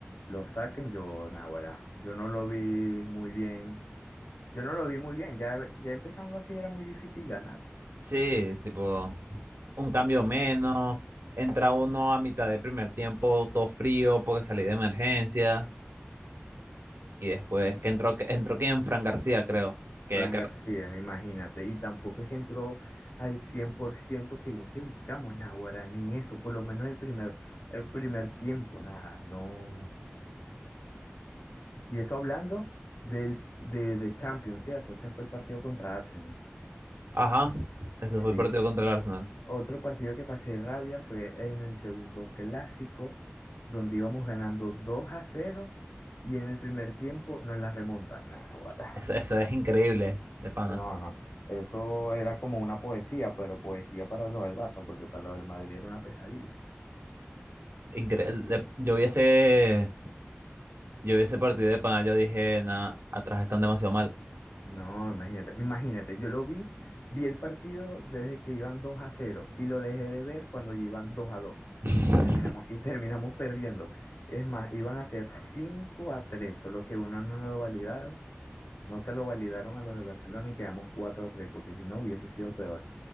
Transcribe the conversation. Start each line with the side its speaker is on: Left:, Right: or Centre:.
Left: lo saquen, yo, naguará, yo no lo vi muy bien, yo no lo vi muy bien, ya, ya empezando así era muy difícil ganar.
Right: Sí, tipo, un cambio menos. Entra uno a mitad del primer tiempo, todo frío porque salí de emergencia. Y después
Left: eh,
Right: que entró, entró quién, Fran García, creo. Que,
Left: Fran
Right: que-
Left: García, imagínate, y tampoco es que entró al 100% que lo que buscamos, naguará, ni eso, por lo menos el primer, el primer tiempo, nada, no. Y eso hablando del, de, de Champions, ¿cierto? Ese fue el partido contra Arsenal.
Right: Ajá, ese fue
Left: Sí,
Right: el partido contra el Arsenal.
Left: Otro partido que pasé rabia fue en el segundo clásico, donde íbamos ganando 2 a cero y en el primer tiempo nos la remontan. Nah, guara.
Right: Eso, eso es increíble, de pana.
Left: No, no. Eso era como una poesía, pero poesía para los del Barça, porque para los del Madrid era una pesadilla.
Right: Incre- de- Yo vi ese, Yo vi ese partido de pana, yo dije, nah, atrás están demasiado mal.
Left: No, imagínate, imagínate, yo lo vi, vi el partido desde que iban 2 a cero y lo dejé de ver cuando ya iban 2 a 2
Right: <laughs>
Left: y terminamos, y terminamos perdiendo. Es más, iban a ser 5 a 3 solo que uno no lo validaron No se lo validaron a los de Barcelona y quedamos 4 a 3 porque si no hubiese sido peor.